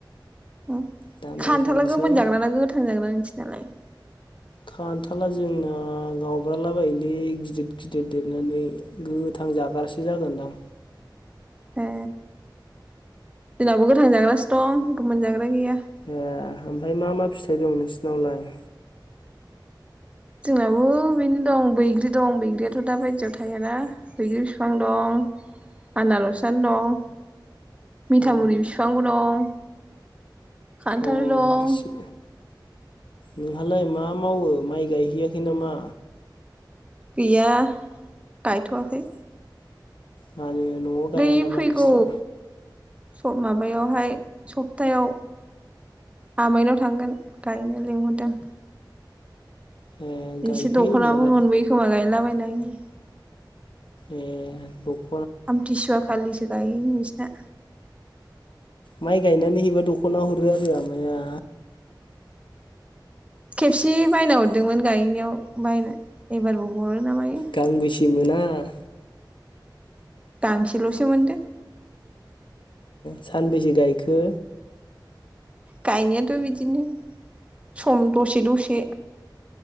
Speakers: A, on the right; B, on the left.
A: उम
B: दा नायखानोसै
A: खान्थाला गोमोन जाग्रा ना गोथां जाग्रा नोंसोर नालाय।
B: खान्थाला जोंना गावब्राला बायोलै गिदिर गिदिर देरनानै गोथां जाग्रासो जागोनदां।
A: ए जोंनावबो गोथां जाग्रासो दं गोमोन जाग्रा गैया।
B: ए ओमफ्राय मा मा फिथाइ दं नोंसिनावलाय?
A: जोंनाबो बेनो दं बैग्रि दं बैग्रियाथ दा बायदियाव थायाना बैग्रि बिफां दं, आनारसानो दं। मिथामुरि
B: अ
A: बिफांबो दं। खान्थाल
B: अ
A: दं।
B: बिदिसो नोंहालाय मा मावो माइ गायहैयाखै नामा?
A: गैया गायथवाखै।
B: मानो? न'आव गाया
A: बै
B: नामा
A: फैगौ।
B: नोंस्रा
A: सप माबायावहाय सप्थायाव आमाइनाव थांगोन गायनो लिंहरदों।
B: ए गायहै
A: एसे दखनाफोर
B: होमबालाय
A: मोनबोयोखोमा गायलाबायना है उम्म।
B: ए औ।
A: आमथिसुवा खालिसो गायोनो इसोरना।
B: माइ गायनानै हैबा दखना हरो आरो आमाइाया?
A: खेबसे बायना हरदोंमोन गायनायाव बायना एबारबो हरो ना मायो।
B: गांबेसे मोना?
A: गांसेलसो मोनदों।
B: सानबेसे गायखो?
A: गायनायाथ बिदिनो सम दसे दसे।